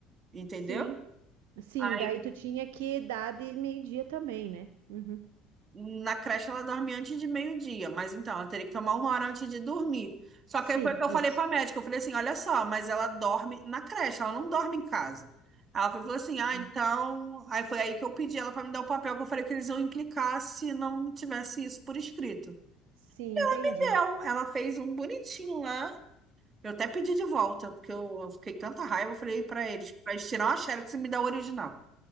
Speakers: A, on the right; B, on the right.
A: entendeu?
B: Sim. Sim,
A: Aí
B: daí tu tinha que dar de meio-dia também, né? Uhum.
A: na creche ela dorme antes de meio-dia, mas então ela teria que tomar uma hora antes de dormir. Só
B: Sim,
A: que aí foi o que eu
B: isso.
A: falei para a médica, eu falei assim, olha só, mas ela dorme na creche, ela não dorme em casa. Ela foi- falou assim, ah,
B: Sim,
A: então. Aí foi aí que eu pedi ela para me dar o papel, que eu falei que eles iam implicar se não tivesse isso por escrito.
B: Sim, entendi.
A: Deu, ela fez um bonitinho lá. Eu até pedi de volta, porque eu, eu fiquei com tanta raiva, eu falei pra eles, pra eles tirar uma Xerox e me dar o original.